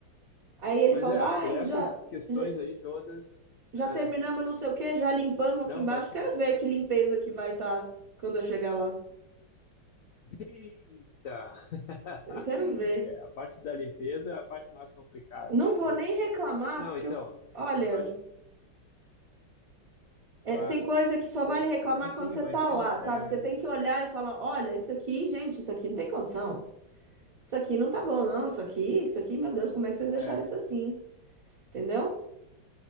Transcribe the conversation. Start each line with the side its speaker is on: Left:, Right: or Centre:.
Right: Aí ele
Left: Pois
Right: falou,
Left: é,
Right: ai,
Left: por essas
Right: já,
Left: questões
Right: já,
Left: aí todas.
Right: já
Left: é,
Right: terminamos não sei o quê, já limpamos aqui
Left: não,
Right: embaixo.
Left: pode falar.
Right: Quero ver que limpeza que vai estar quando eu chegar lá.
Left: Eita! <laughs>
Right: Eu quero ver.
Left: É, a parte da limpeza é a parte mais complicada.
Right: Não vou
Left: é.
Right: nem reclamar,
Left: Não,
Right: porque
Left: então,
Right: eu, olha.
Left: como eu tava te-
Right: É,
Left: claro,
Right: tem coisa que
Left: sim,
Right: só vale reclamar
Left: sim, sim,
Right: quando você
Left: imagino.
Right: tá lá,
Left: É,
Right: sabe? Você tem que olhar e falar: olha, isso aqui, gente, isso aqui não tem condição. Isso aqui não tá bom, não. Isso aqui, isso aqui, meu Deus, como é que vocês deixaram
Left: é.
Right: isso assim? Entendeu?